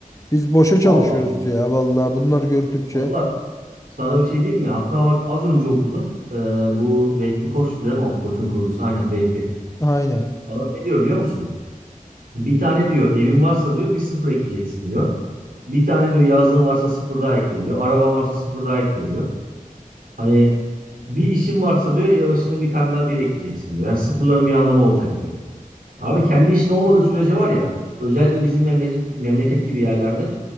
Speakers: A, on the left; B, on the right.
A: Biz boşa çalışıyoruz
B: Allah Allah.
A: ya vallahi bunları gördükçe.
B: Allah sana bir şey diyeyim mi? Hatta bak az önce okudum. Ee, bu Vehbi Koç'tu değil mi o? Koç'un kurucusu. Aynen Vehbi.
A: Aynen.
B: Adam ne diyor biliyor musun? Bir tane diyor evin varsa diyor bir sıfır ekleyeceksin diyor. Bir tane diyor yazlığın varsa sıfır daha ekle diyor. Araban varsa sıfır daha ekle diyor. Hani bir işin varsa diyor yavaşına bir tane daha bir ekleyeceksin diyor. Yani sıfırların bir anlamı olacak diyor. Abi kendi işin olmadığı sürece var ya özellikle bizim memleket, memleket gibi yerlerde